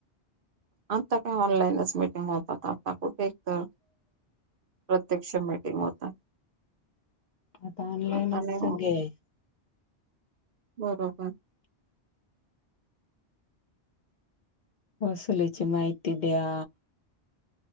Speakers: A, on the right; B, on the left.
A: आता काय ऑनलाईनच मिीटिंग होतात आता कुठे एक तर प्रत्यक्ष मीटिंग होत
B: आता ऑनलाईनच
A: ह
B: सगळे
A: बरोबर
B: वसुलीची माहिती द्या